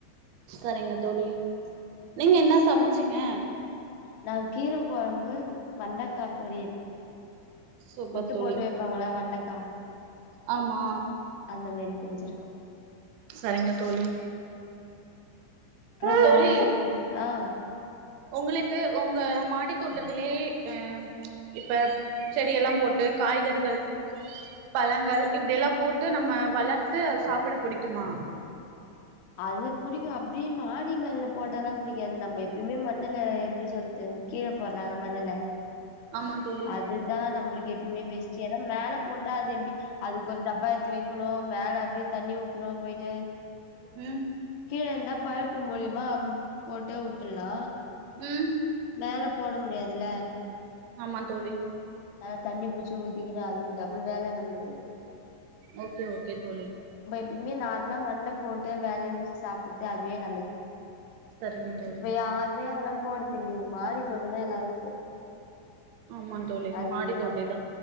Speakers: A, on the right; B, on the left.
A: சரிங்க தோழி நீங்க என்ன சமைச்சீங்க
B: நா கீர கொழம்பு வெண்டக்கா பொரியல்
A: சூப்பர்
B: முட்ட
A: தோழி
B: போட்டு வைப்பாங்கள வெண்டக்கா
A: ஆமா
B: அந்த மாரி செஞ்சிருக்கோ
A: சரிங்க தோழி
B: அப்புறம்
A: தோழி
B: வேற என்ன செய் ஆ
A: உங்களுக்கு உங்க மாடித்தோட்டத்திலே அஹ் ச் இப்ப செடியெல்லா போட்டு காய்கறிகள் பழங்கள் இப்டியெல்லா போட்டு நம்ம வளர்த்து அத சாப்ட பிடிக்குமா
B: அது புடிக்கு அப்டி மாடி மேல போட்டாலா புடிக்காது நம்ம எப்யூமே மண்ணுல எப்டி சொல்றது கீழ போடுறாங்க மண்ணுல
A: ஆமா தோழி
B: அதுதா நம்ளுக்கு எப்யூமே பெஸ்ட்டு ஏனா மேல போட்டா அது எப்டி அதுக்கு ஒரு டப்பா எடுத்து வைக்கணு மேல அப்டியே தண்ணி ஊத்தனு போயிட்டு
A: ம்
B: கீழ இருந்தா <unintelligible> மூலியமா போட்டு வுட்டுல்லா
A: ம்
B: மேலப் போட முடியாதில்ல
A: ஆமா தோழி
B: ஆ தண்ணி புச்சு ஊத்திக்கினு அதுக்கு டபுள் வேல நம்ளுக்கு
A: ஓகே ஓகே தோழி
B: இதுமே நார்ம்லா மண்ணுல போட்டு வெளஞ்சு சாப்புட்டு அதுவே நல்லது
A: சரிங்க தோழி
B: இப்ப யாருமே அதெலாப் போடுதின்ல மாடித்தோட்டந்த எல்லாரு இப்போ
A: ஆமா தோழி
B: அதிகமா
A: மாடி தோட்டி தா